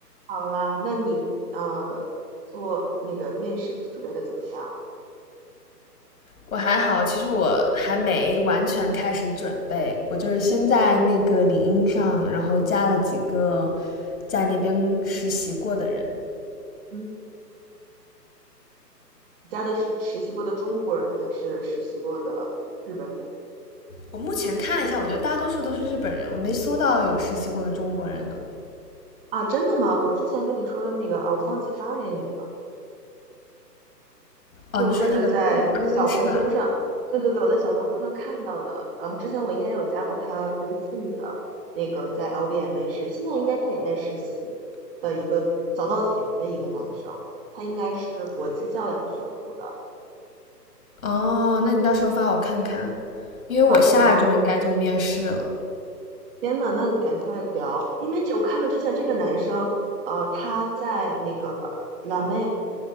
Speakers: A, on the right; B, on the left.
A: 好啦，那你呃做那个面试准备的怎么样了？
B: 我还好，其实我还没完全开始准备，我就是先在那个领英上，然后加了几个在那边实习过的人。
A: 嗯，你加的是实习过的中国人还是实习过的日本人
B: 我目前看了一下，我觉得大多数都是日本人，我没搜到有实习过的中国人呢。
A: 啊？真的吗？我之前跟你说的那个啊，我忘记发给你了，
B: 哦，
A: 就是在小红书上，
B: 你说那个那个歌是吧？
A: 对对对，我在小红书上看到的。然后之前我应该有加过他微信的那个在 LVMH，是现在应该他也在实习的一个早稻田的一个男生，他应该是国际教养学部的。
B: 哦，那你到时候发我看看，因为我下周应该就面试了。
A: 好的呀。天呐，那你赶快聊，因为这我看到之前这个男生，呃，他在那个辣妹，